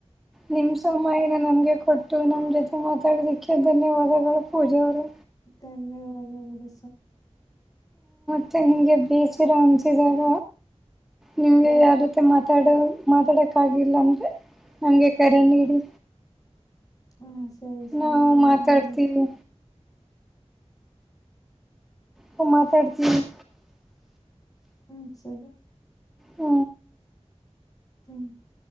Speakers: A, in the centre; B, on the left.
A: ನಿಮ್ ಸಮಯನ ನಮ್ಗೆ ಕೊಟ್ಟು ನಮ ಜೊತೆ ಮಾತಾಡೋದಿಕ್ಕೆ ಧನ್ಯವಾದಗಳು ಪೂಜೆ ಅವರು
B: ಧನ್ಯವಾದಗಳು
A: ಮತ್ತೆ ನಿಂಗೆ ಬೇಸಿರೋ ಅಂತಿದಾಗ ನಿಮ್ಗೆ
B: ಹ್ಮ್
A: ಯಾವ ರೀತಿ ಮಾತಾಡೋ ಮಾತಾಡೋಕ್ಕಾಗಿಲ್ಲ ಅಂದ್ರರೆ ನನಗೆ ಕರೆ ನೀಡಿ
B: ಹಾ ಸರಿ ಸರಿ
A: ನಾವು ಮಾತಾಡ್ತೀವಿ
B: ನಾನ
A: ಹ ಮಾತಾಡ್ತೀನಿ
B: ಹ್ಮ್ ಸರಿ
A: ಹ್ಮ
B: ಹ್ಮ್